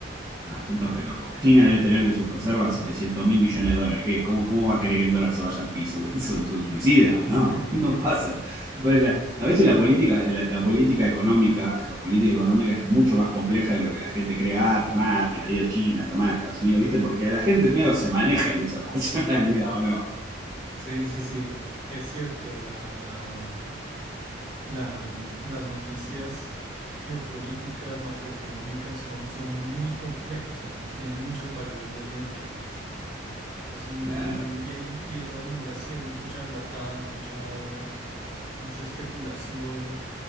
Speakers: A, on the right (about 15°); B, on the right (about 40°).
A: No, tanto re loco. China debe tener en sus reservas 700 mil millones de dólares. ¿Qué? ¿Cómo, ¿Cómo va a querer que el dólar se vaya al piso? <laughs> ¿Que son, son suicidas?
B: <laughs>
A: No, no pasa.
B: sí,
A: Bueno, la- a veces la política, la, la política económica, geopolítica económica es mucho más compleja de lo que la gente cree. Ah, tomá, te la dio China, tomá Estados Unidos, ¿viste? Porque la gente medio se maneja en esa <laughs> pasionalidad, ¿o no?
B: sí, sí, sí, es cierto, la, la, La, las noticias geopolíticas, macroeconómicas son, son muy complejas, son, tienen muchas variables dentro. Es muy,
A: Claro.
B: y, hay- y de todas maneras sí, hay mucho charlatán, mucha, mucha especulación,